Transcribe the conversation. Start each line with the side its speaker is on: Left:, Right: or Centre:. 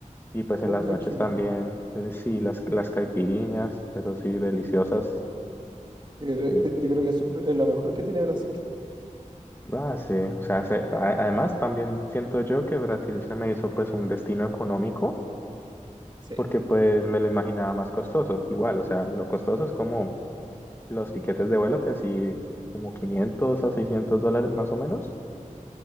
Left: Y pues en
Right: muy
Left: las
Right: tranquilo.
Left: noches también, le- sí, las, las caipiriñas, eso sí, deliciosas.
Right: Yo creo,
Left: Sí.
Right: eh, yo creo que eso es lo mejor que tiene Brasil.
Left: Ah, sí, o sea, se- a- además también siento yo que Brasil se me hizo pues un destino económico
Right: Sí.
Left: porque pues me lo imaginaba más costoso. Igual, o sea, lo costoso es como los tiquetes de vuelo que sí, como 500 a 600 dólares más o menos.